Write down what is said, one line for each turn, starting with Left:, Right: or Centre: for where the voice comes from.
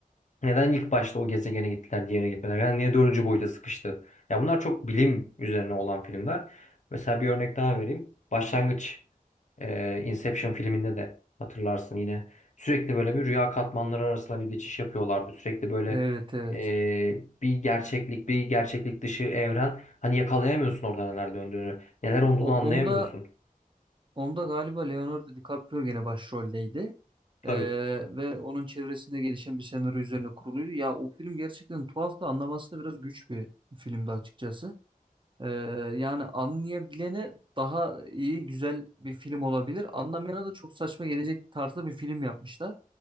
Left: neden ilk başta o gezegene gittiler, diğerine gitmediler? Yani niye dördüncü boyuta sıkıştı? Ya bunlar çok bilim üzerine olan filmler. Mesela bir örnek daha vereyim. Başlangıç e, Inception filminde de hatırlarsın yine. Sürekli böyle bir rüya katmanları arasında bir geçiş yapıyorlardı. Sürekli böyle
Right: Evet evet.
Left: e, bir gerçeklik, bir gerçeklik dışı evren. Hani yakalayamıyorsun orada neler döndüğünü. Neler olduğunu
Right: O,
Left: anlayamıyorsun.
Right: onda onda galiba Leonardo DiCaprio gene başroldeydi.
Left: Tabii.
Right: Ee, ve onun çevresinde gelişen bir senaryo üzerine kuruluydu. Ya o film gerçekten tuhaf da anlaması da biraz güç bir filmdi açıkçası. Ee, yani anlayabilene daha iyi, güzel bir film olabilir. Anlamayana da çok saçma gelecek tarzda bir film yapmışlar.